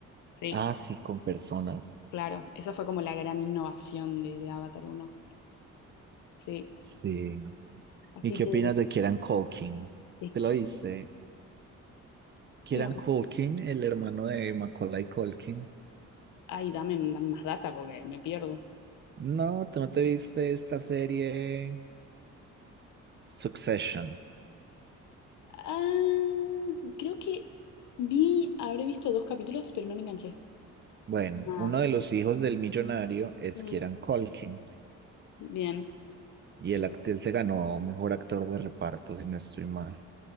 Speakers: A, on the left; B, on the right.
A: Sí,
B: ah, sí, con personas.
A: claro. Eso fue como la gran innovación de, de Avatar uno. Sí.
B: Sí.
A: Así
B: ¿Y qué
A: que
B: opinas de Kieran Culkin?
A: te
B: ¿Te
A: qui-
B: lo viste? Kieran
A: No,
B: Culkin, el hermano de Macaulay Culkin.
A: ay, dame, dame más data porque me pierdo.
B: No, tú no te viste esta serie Succession.
A: Ah, creo que vi, habré visto dos capítulos, pero no me enganché.
B: Bueno,
A: Nada.
B: uno de los hijos del millonario es
A: Mm.
B: Kieran Culkin
A: Bien.
B: y
A: Y-
B: el actor se ganó mejor actor de reparto, si no estoy mal.